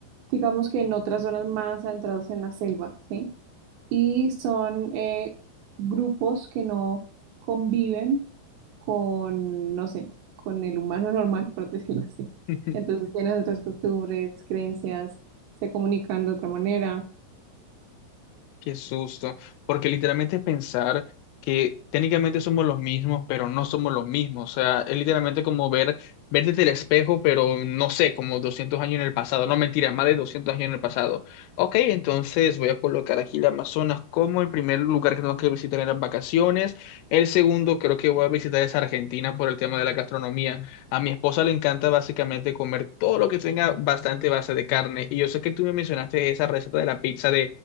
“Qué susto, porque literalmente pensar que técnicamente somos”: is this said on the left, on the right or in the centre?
Left